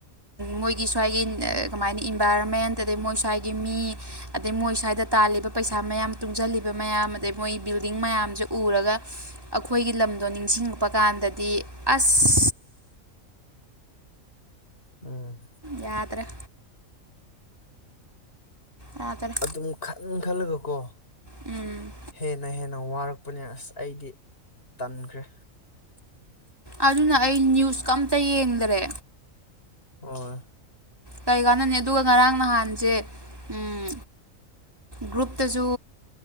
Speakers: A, on the right (about 15°); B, on the left (about 45°).
A: ꯃꯣꯏꯒꯤ ꯁ꯭ꯋꯥꯏꯒꯤ ꯀꯃꯥꯏꯅ ꯏꯟꯚꯥꯏꯔꯣꯟꯃꯦꯟ ꯑꯗꯩ ꯃꯣꯏ ꯁ꯭ꯋꯥꯏꯒꯤ ꯃꯤ ꯑꯗꯩ ꯃꯣꯏ ꯁ꯭ꯋꯥꯏꯗ ꯇꯥꯜꯂꯤꯕ ꯄꯩꯁꯥ ꯃꯌꯥꯝ ꯇꯨꯡꯁꯤꯜꯂꯤꯕ ꯃꯌꯥꯝ ꯑꯗꯩ ꯃꯣꯏ ꯕꯤꯜꯗꯤꯡ ꯃꯌꯥꯝꯁꯦ ꯎꯔꯒ ꯑꯩꯈꯣꯏꯒꯤ ꯂꯝꯗꯣ ꯅꯤꯡꯁꯤꯡꯉꯛꯄ ꯀꯥꯟꯗꯗꯤ ꯑꯁ
B: ꯎꯝ
A: ꯌꯥꯗꯔꯦ ꯌꯥꯗꯔꯦ
B: ꯑꯗꯨꯝ ꯈꯟ ꯈꯜꯂꯒ ꯀꯣ
A: ꯎꯝ
B: ꯍꯦꯟꯅ ꯍꯦꯟ ꯅꯪ ꯋꯥꯔꯛꯄꯅꯦ ꯑꯁ ꯑꯩꯗꯤ ꯇꯟꯈ꯭ꯔꯦ꯫
A: ꯑꯗꯨꯅ ꯑꯩ ꯅ꯭ꯌꯨꯁꯀ ꯑꯃꯇ ꯌꯦꯡꯗꯔꯦ꯫
B: ꯑꯣꯢ
A: ꯀꯔꯤ ꯀꯥꯟꯅꯅꯤ ꯑꯗꯨꯒ ꯉꯔꯥꯡ ꯅꯍꯥꯟꯁꯦ ꯎꯝ ꯒ꯭ꯔꯨꯞꯇꯁꯨ